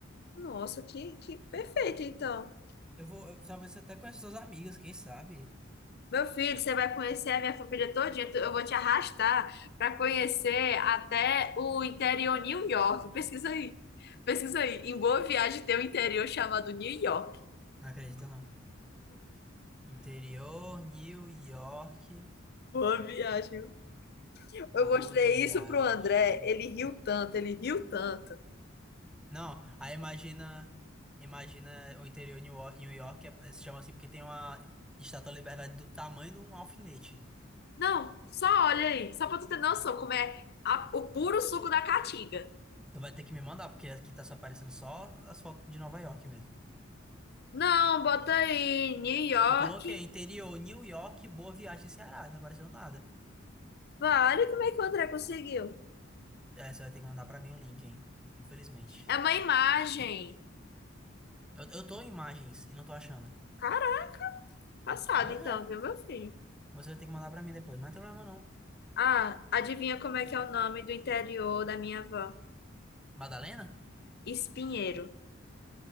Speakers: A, on the left; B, in the centre.
A: Nossa, que, que perfeito, então.
B: Eu vou, eu- talvez até com as suas amigas, quem sabe?
A: Meu filho, você vai conhecer a minha família todinha. Tu- Eu vou te arrastar pra conhecer até o interior New York. Pesquisa aí. Pesquisa aí. Em Boa Viagem tem um interior chamado New York.
B: Não acredita, não. Interior, New York,
A: Boa viagem.
B: boa
A: Eu mostrei
B: viagem.
A: isso pro André, ele riu tanto, ele riu tanto.
B: Não, aí imagina, imagina o interior de New New York é- se chama assim porque tem uma Estátua da Liberdade do tamanho de um alfinete.
A: Não, só olha aí, só pra tu ter noção como é a- o puro suco da caatinga.
B: Tu vai ter que me mandar, porque aqui tá só aparecendo só as fotos de Nova York mesmo.
A: Não, bota aí, New York.
B: Eu coloquei interior New York, Boa Viagem, Ceará, e não apareceu nada.
A: Vale, como é que o André conseguiu?
B: É, você vai ter que mandar pra mim o link, hein? Infelizmente.
A: É uma imagem.
B: Eu, eu tô em imagens e não tô achando.
A: Caraca, passado
B: Pois
A: então,
B: é,
A: viu, meu filho?
B: você vai ter que mandar pra mim depois, mas não tem problema não.
A: Ah, adivinha como é que é o nome do interior da minha avó?
B: Madalena?
A: Espinheiro.